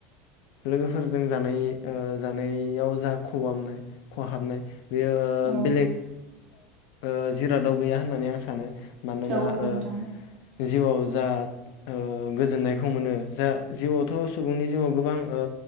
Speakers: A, on the left; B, on the right.
A: लोगोफोरजों जानाय ओ जानायाव जा खबामनो खहाबनाय बेयो
B: औ
A: बलेग ओ जिरादाव गैया होननानै आं सानो। मानोना
B: औ औ
A: ओ
B: नोंथां
A: जिउआव जा ओ गोजोननायखौ मोनो जा जिउआवथ' सुबुंनि जिउआव गोबां ओ